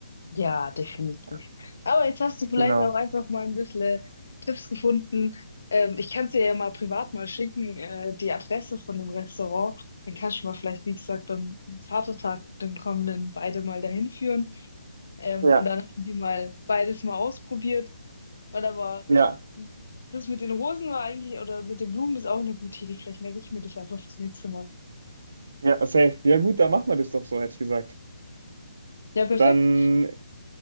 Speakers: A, on the left; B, on the right.
A: Ja, definitiv.
B: Ja,
A: Aber jetzt hast du vielleicht
B: Genau.
A: auch einfach mal ein bisschen äh, Tipps gefunden. Ähm, ich kann es dir ja mal privat mal schicken, äh, die Adresse von dem Restaurant. Dann kannst du mal vielleicht, wie gesagt, beim Vatertag, dem kommenden, beide mal dahin führen. Ähm,
B: Ja,
A: und dann haben die mal beides mal ausprobiert. Weil aber
B: ja.
A: das mit den Rosen war eigentlich, oder mit den Blumen ist auch eine gute Idee. Vielleicht merke ich mir das einfach fürs nächste Mal.
B: Ja, safe. Ja gut, dann machen wir das doch so, hätte ich gesagt.
A: Ja, perfekt.
B: Dann,